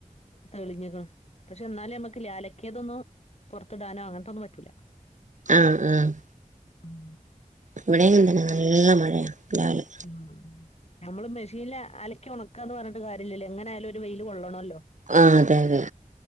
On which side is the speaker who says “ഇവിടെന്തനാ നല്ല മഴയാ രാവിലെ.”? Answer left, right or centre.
Right